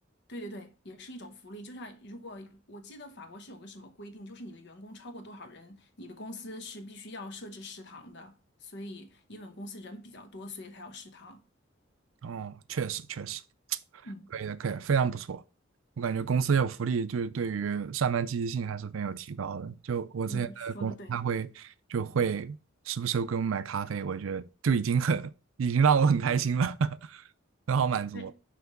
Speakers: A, on the left; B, on the right.
A: 对对对，也是一种福利。就像如果我记得法国是有个什么规定，就是你的员工超过多少人，你的公司是必须要设置食堂的。所以，因为我们公司人比较多，所以才有食堂。
B: 哦，确实确实。
A: 嗯
B: 可以的，可以，非常不错。我感觉公司有福利，就是对于上班积极性还是很有提高的。就我之前的公司，
A: 嗯，说的对。
B: 他会就会时不时会给我们买咖啡，我觉得就已经很已经让我很开心了，<laughs> 很好满足。
A: 那